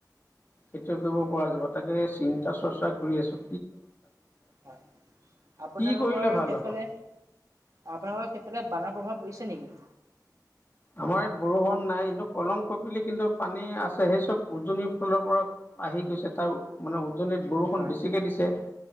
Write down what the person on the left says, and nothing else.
খেতি কৰিব পৰা যাব তাকে চিন্তা চৰ্চা কৰি আছোঁ
কি কৰিলে ভাল
হ'ব
আমাৰ ইয়াত বৰষুণ নাই ইনে কলং কপিলি কিন্তু পানী আছে সেই চব উজনিৰ ফালৰ পৰা আহি গৈছে তাৰ মানে উজনিত বৰষুণ
বেছিকৈ দিছে